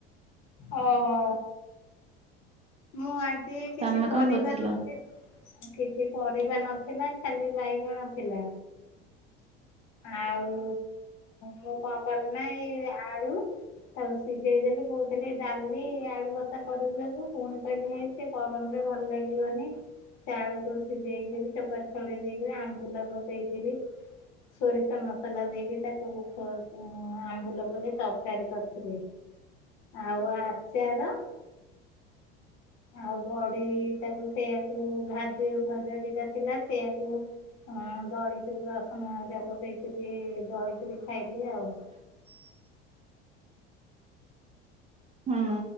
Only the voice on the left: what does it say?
ଓହୋ ମୁଁ ଆ ସିଏ କିଛି
ପରିବା
ନଥି କିଛି ପରିବା ନଥିଲା ଖାଲି ବାଇଗଣ ଥିଲା। ଆଉ ମୁଁ କଣ କଲି ନା ଏଇ ଆଳୁ ତାକୁ ସିଝେଇ ଦେଲି ବଉ ଖାଲି ଡାଲି ଆଳୁ ଭର୍ତା କରିବାକୁ ପୁଣି କହିଲି ହେଇ ସେ ଗରମରେ ଭଲ ଲାଗିବନି ସେ ଆଳୁକୁ ସିଝେଇକରି ଚୋପା ଛଡେଇ ଦେଇକରି ଆମ୍ବୁଲ ପକେଇକରି ସୋରିଷ ମସଲା ଦେଇକି ତାକୁ ଉଁ ଆମ୍ବୁଲ ପକେଇ ତରକାରୀ କରିଥିଲି। ଆଉ ଆ <unintelligible> ଆଉ ବଢି ତାକୁ ସେଆକୁ ଭାଜି ଭଜା ଦିଟା ଥିଲା ସେଆକୁ ହଁ ଦଳିକିରି ରସୁଣ ହରିକା ପକେଇକିରି ଦଳିକିରି ଖାଇଲି ଆଉ-